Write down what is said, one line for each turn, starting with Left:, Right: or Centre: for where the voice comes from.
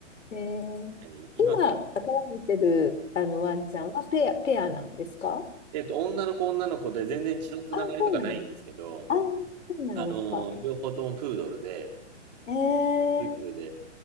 Left: えー
Right: 確かに今、
Left: 今、飼われてる、あの、ワンちゃんはペア、ペアなんですか
Right: えっと、女の子女の子で全然血のつながりとかないんですけど、
Left: あ、そうなんですね。あ、そうなんですか。
Right: あの、両方ともプードルで、
Left: えー、
Right: トイプーで、